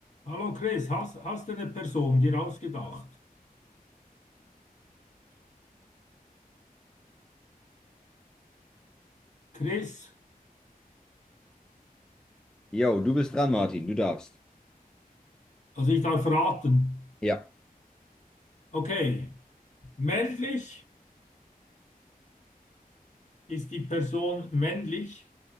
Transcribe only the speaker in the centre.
Jo, du bist dran, Martin. Du darfst.
Ja.